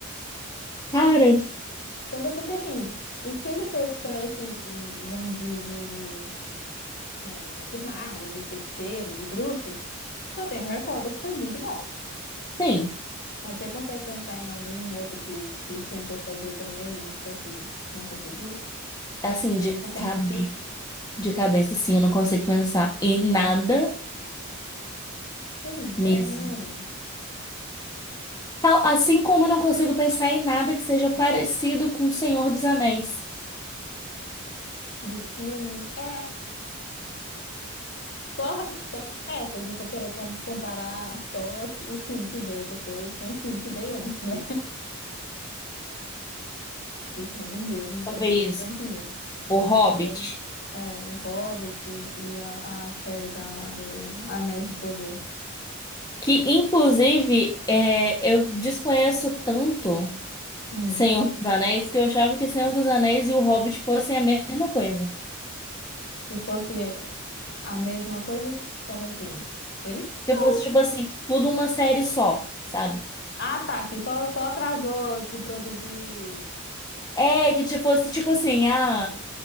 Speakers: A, on the left; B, on the left.
A: Cara,
B: Também porque, assim, o que ele fez para esse gênero de, de, de, eh, de magos e feiticeiros e bruxos, só tem o Harry Potter, que foi muito bom.
A: sim,
B: Mas você consegue pensar em algum outro que, que tentou fazer também, só que não conseguiu?
A: assim, de
B: Ou
A: cabeça,
B: conseguiu?
A: de cabeça, sim, eu não consigo pensar em nada
B: Pois
A: mesmo.
B: é, né?
A: Tal- Assim como eu não consigo pensar em nada que seja parecido com O Senhor dos Anéis.
B: De filme, é. Só, só, é, se a gente for querer com- comparar só as- os filmes que veio depois com os filmes que veio antes, né? que são do mesmo, da
A: Talvez
B: mesma franquia. Mas
A: O Hobbit.
B: foram, é, o Hobbit e a, a série da, lá do Anéis do Poder.
A: Que, inclusive, é, eu desconheço tanto
B: Hum.
A: Senhor dos Anéis que eu achava que Senhor dos Anéis e O Hobbit fossem a mesma coisa.
B: Que fosse a mesma coisa, como assim? Eles são.
A: Que fosse, tipo assim, tudo uma série só, sabe?
B: Ah, tá, que só, só atrasou de produzir.
A: É, que te- fosse, tipo assim, ah,